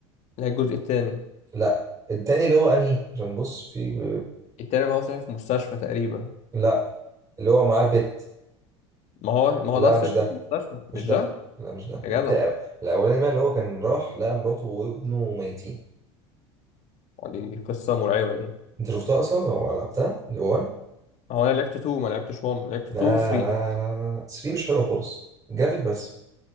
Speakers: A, on the left (about 50°); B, on the right (about 20°).
A: اللي هي الجزء التاني
B: لا التاني اللي هو انهي عشان بص في ب...
A: التاني اللي هو صحي في مستشفى تقريبا
B: لا اللي هو معاه البت
A: ما هو ما هو
B: لا
A: ده صحي
B: مش ده
A: في مستشفى
B: مش
A: مش
B: ده
A: ده
B: لا مش ده
A: يا
B: التا...
A: جدع
B: الاولاني بقى اللي هو كان راح لقى مراته وابنه ميتين
A: ما دي, دي قصة مرعبة دي
B: انت شفتها اصلا او لعبتها اللي هو 1
A: ما هو انا لعبت 2 ما لعبتش 1 لعبت
B: لا
A: 2 و 3
B: لا لا لا لا 3 مش حلوه خالص الجرافيك بس